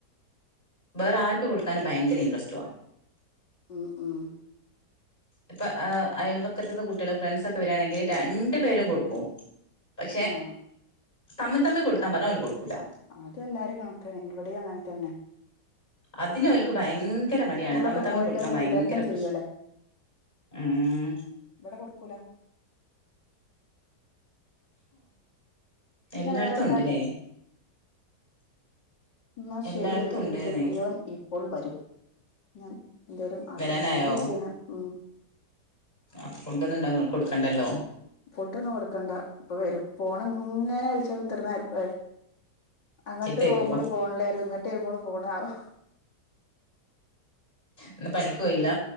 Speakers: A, on the left; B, on the left.
A: വേറെ ആർക്ക് കൊടുക്കാൻ ഭയങ്കര ഇൻറസ്റ്റ്വാ
B: ഉം ഉം
A: ഇപ്പൊ അയൽവക്കത്ത കുട്ടികളെ ഫ്രണ്ട്സക്കെ വരിയാണെങ്കിൽ രണ്ടു പേരും കൊടുക്കും പക്ഷെ
B: ആഹ്
A: തമ്മി തമ്മി കൊടുക്കാൻ പറഞ്ഞാ അവല് കൊടുക്കൂല
B: അതെല്ലാരും കണക്ക ന്നെഇവിടി അങ്ങന്നതന്നെ
A: അതിനെ ഓൽക്ക് ഭയങ്കര മടിയാണ്
B: സ്കൂളിലൊക്കെ
A: തമ്മ തമ്മിൽ
B: പോയി
A: കൊടുക്കാൻ
B: കഴിഞ്ഞാ
A: ഭയങ്കര
B: വിതരണം ചെയ്യലാ
A: പ്രശ്നം ഉം
B: ഇവടെ കൊടുക്കൂല പിന്നെ
A: എല്ലായിടത്തും
B: വേറെന്താ
A: ഉണ്ടല്ലേ
B: എന്നാ
A: എല്ലായിടത്തും
B: ശരിയങ്കിൽ
A: ഉണ്ട്ന്ന്
B: കെട്ടിയോൻ ഇപ്പോൾ വരും ഞാൻ എന്തായാലും ആക്കട്ടെ
A: വരാനായോ
B: നോമ്പച്ചീണ് ഉം
A: ആപ്പൊ ഫുഡൊന്ന ഉണ്ടാവ കൊടുക്കണ്ടല്ലോ
B: ഫുഡ് ഒന്നും കൊടുക്കണ്ട ഇപ്പൊ വരും പോണ ഇങ്ങനെ വിളിച്ചതരുന്ന അല്പ അങ്ങോട്ട്
A: ചീത്തേക്കോ
B: പോകുമ്പോൾ പോണില്ലായിരുന്നു ഇങ്ങോട്ട് വരുമ്പോൾ പോണ ആവോ
A: ഇന്ന് പണിക്ക പോയില്ല